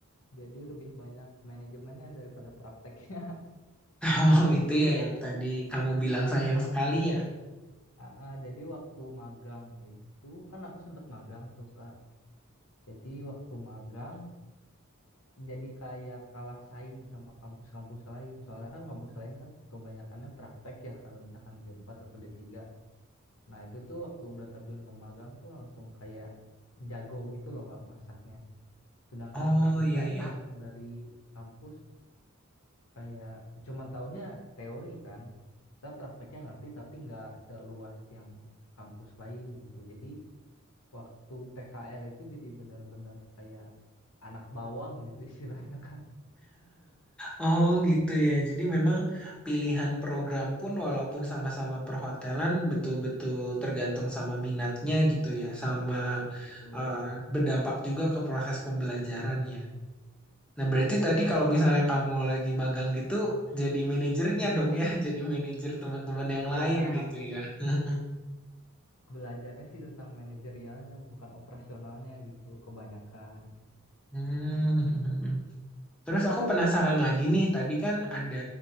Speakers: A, on the left (about 75°); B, in the centre.
A: jadi lebih banyak manajemennya daripada prakteknya. <laughs>
B: <laughs> Oh,
A: Jadi,
B: itu ya yang tadi kamu bilang sayang sekali ya.
A: AA, jadi waktu magang itu kan aku sempat magang tuh Kak. Jadi waktu magang jadi kayak kalah saing sama kampus-kampus lain. Soalnya kan kampus lain kan kebanyakannya praktek ya kalau misalkan D4 atau D3. Nah, itu tuh waktu udah terjun ke magang tuh langsung kayak jago gitu loh Kak masaknya. Sedangkan
B: Oh
A: kita
B: iya iya.
A: nih yang dari kampus kayak cuman taunya teori kan. Kita prakteknya ngerti tapi nggak seluas yang kampus lain gitu. Jadi waktu PKL itu jadi benar-benar kayak anak bawang gitu <laughs> istilahnya Kak.
B: Oh gitu ya. Jadi memang pilihan program pun walaupun sama-sama perhotelan betul-betul tergantung sama minatnya gitu ya, sama
A: Betul.
B: eh, berdampak juga ke proses pembelajaran ya. Nah berarti tadi kalau misalnya kamu lagi magang gitu, jadi manajernya dong ya, <laughs> jadi manajer teman-teman yang
A: Iya,
B: lain Ya. gitu ya. <laughs>
A: belajarnya sih tentang manajerialnya bukan operasionalnya gitu kebanyakan.
B: Hmm. Terus aku penasaran lagi nih, tadi kan ada